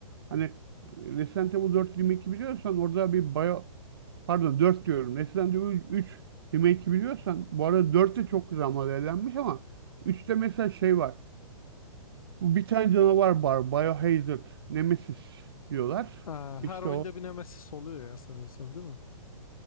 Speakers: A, on the right; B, on the left.
A: Hani e, Resident Evil 4 Remake'i biliyorsan orada bir bio... Pardon 4 diyorum. Resident Evil 3 Remake'i biliyorsan bu arada 4 de çok güzel modellenmiş ama üçte mesela şey var. Bu bir tane canavar var. Biohazard, Nemesis diyorlar.
B: Aa, her
A: İşte
B: oyunda
A: o.
B: bir Nemesis oluyor ya sanıyorsan değil mi?